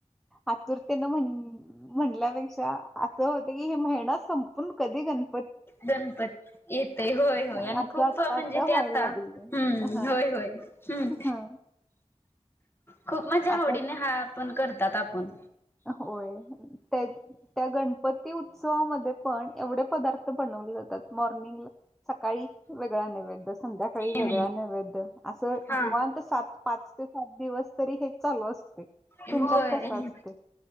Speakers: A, in the centre; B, on the left.
A: आतुरतेन म्हण म्हणल्यापेक्षा होत की हे महिना संपून कधी गण
B: गणपती येतय होय होय
A: असं
B: आणि खूप
A: आता
B: म्हणजे ते
A: व्हायला
B: आता
A: लागली
B: ह्
A: हा
B: होय. व्हय ह
A: हा
B: खूप मज्या
A: आता
B: आवडीने हा आपण करतात आपण
A: होय त्या त्या गणपती उत्सवामध्ये पण एवढे पदार्थ बनवले जातात मॉर्निंग सकाळी वेगळा नैवेद्य संध्याका
B: हम्म
A: काही वेगळा नेवेद्य असं
B: हा
A: निवांत सात पाच ते सात दिवस तरी हे चालू असतय.
B: होय
A: तुमच्यात कस असतेय.